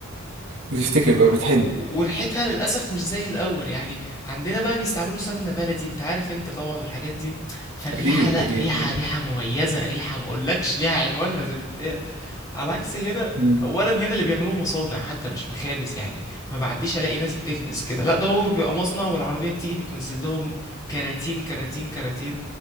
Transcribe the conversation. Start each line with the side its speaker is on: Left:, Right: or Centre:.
Right: بتفتكر بقى بتحن
Left: و... وريحتها للأسف مش زي الأول يعني عندنا بقى بيستعملوا سمنة بلدي انت عارف انت طبعا الحاجات دي فالريحة
Right: اكيد
Left: لا
Right: اكيد
Left: ريحة ريحة مميزة ريحة ما اقولكش ليها عنوانها زي ما بيتقال على عكس هنا
Right: مم.
Left: اولا هنا اللي بيعملوه مصانع حتى مش مخابز يعني ما بعديش الاقي ناس بتكبس كده لا ده هو بيبقى مصنع والعربيه بتيجي بتنزل لهم كراتين كراتين كراتين